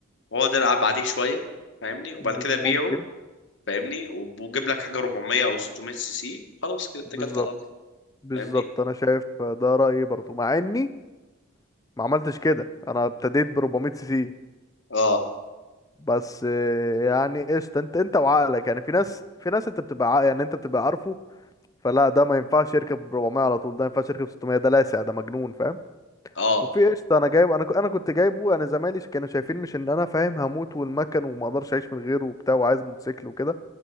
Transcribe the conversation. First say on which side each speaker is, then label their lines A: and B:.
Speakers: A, on the left; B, on the left.
A: واقعد العب عليه شويه فاهمني وبعد كده
B: فممكن
A: بيعه فاهمني وب- وجيب لك حاجه 400 او 600 سي سي خلاص كده اتكلت
B: بالظبط
A: على الله
B: بالظبط
A: فاهمني
B: انا شايف ده رايي برضو مع اني ما عملتش كده انا ابتديت ب 400 سي سي
A: اه
B: بس آه، يعني قشطة انت انت وعقلك يعني في ناس في ناس انت بتبقى عا- يعني انت بتبقى عارفه فلا ده ما ينفعش يركب 400 على طول ده ما ينفعش يركب 600 ده لاسع ده مجنون فاهم
A: اه
B: وفي قشطة انا جايب انا ك- انا كنت جايبه يعني زمايلي كانوا شايفين مش ان انا فاهم هموت والمكن وما اقدرش اعيش من غيره وبتاع وعايز موتوسيكل وكده